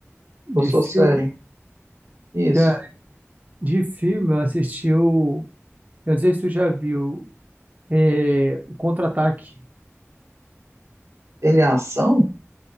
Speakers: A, on the right (about 35°); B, on the right (about 80°).
A: De
B: Ou só
A: filme,
B: série? Isso.
A: cara, de filme eu assisti o. Eu não sei se tu já viu. É, o Contra-Ataque.
B: Ele é ação?